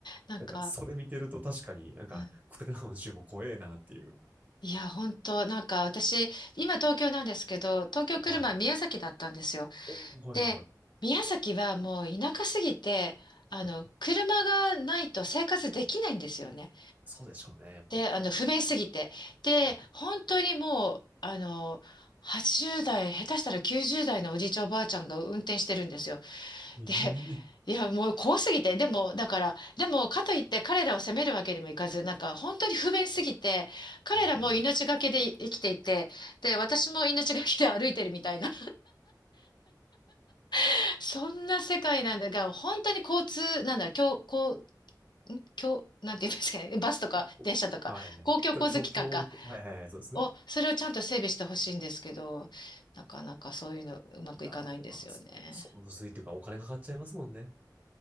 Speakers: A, on the left; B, on the right.
A: なんか、
B: なんか、それ見てると確かになんか、
A: うん
B: 車の銃も怖えなっていう。
A: いや、本当なんか私、今東京なんですけど、東京来る前宮崎だったんですよ。
B: はい。おーはいはいはい。
A: で、宮崎はもう田舎すぎて、あの、
B: うん、
A: 車がないと生活できないんですよね。
B: そうでしょうね、やっぱり。
A: で、あの、不便すぎて。で、
B: うん。
A: 本当にもう、あの、80代、下手したら90代のおじいちゃんおばあちゃんが運転してるんですよ。
B: ええ
A: で、いや、もう怖すぎて、でも、だから、でも、かといって彼らを責めるわけにもいかず、なんか、本当に不便すぎて、彼らも命がけで生きていて、
B: うんうん。
A: で、私も命がけで歩いてるみたいな、<laughs> そんな世界なんだが、本当に交通、なんだ、今日、こう、今日、なんて言うんですかね、バスとか電車とか、
B: こここはい。今日、
A: 公共交通機関か、
B: 今はいはいはい、そうですね。
A: お、それをちゃんと整備してほしいんですけど、なかなかそういうのうまくいかないんですよね。
B: いやー、まあ、そ、そむずいというか、お金かかっちゃいますもんね。